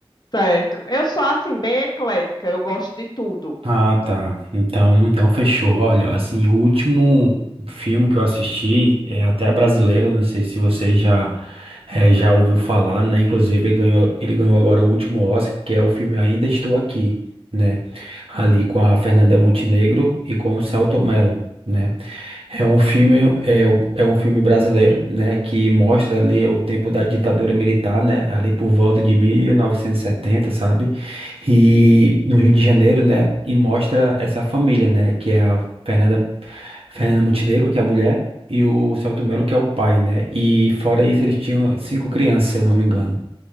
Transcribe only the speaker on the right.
Ah, tá. Então, então fechou. Olha, assim, o último filme que eu assisti é até brasileiro, não sei se você já eh, já ouviu falar, né? Inclusive, ele ganhou, ele ganhou agora o último Oscar, que é o filme Ainda Estou Aqui, né? Ali com a Fernanda Montenegro e com o Selton Mello, né? É um filme, é, o- é um filme brasileiro, né, que mostra ali o tempo da ditadura militar, né, ali por volta de 1970, sabe? E no Rio de Janeiro, né? E mostra essa família, né? Que é a Fernanda, Fernanda Montenegro, que é a mulher, e o Celto Melo, que é o pai, né? E fora isso, eles tinham cinco crianças, se eu não me engano.